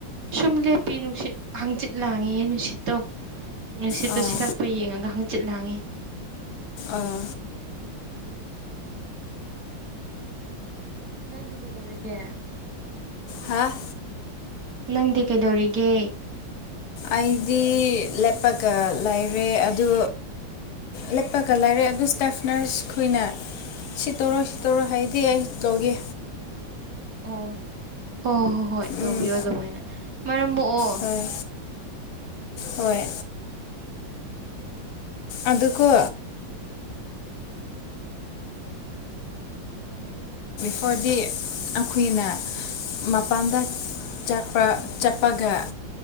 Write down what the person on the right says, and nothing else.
ꯁꯨꯝ ꯂꯦꯞꯄꯤ ꯅꯨꯡꯁꯤꯠ ꯍꯥꯡꯆꯤꯠ ꯂꯥꯡꯉꯤ ꯅꯨꯡꯁꯤꯠꯇꯣ ꯅꯨꯡꯁꯤꯠꯇꯨ
ꯁꯤꯜꯂꯛꯄ ꯌꯦꯡꯉꯒ ꯍꯪꯆꯤꯠ ꯂꯥꯡꯉꯤ
ꯅꯗꯤꯤ ꯀꯗꯧꯔꯒꯦ
ꯅꯪꯗꯤ ꯀꯩꯗꯧꯔꯤꯒꯦ
ꯑꯣ ꯍꯣꯏ ꯍꯣ ꯍꯣꯏ ꯇꯧꯕꯤꯌꯣ
ꯑꯗꯨꯃꯥꯏꯅ ꯃꯔꯝ ꯊꯃꯛꯑꯣ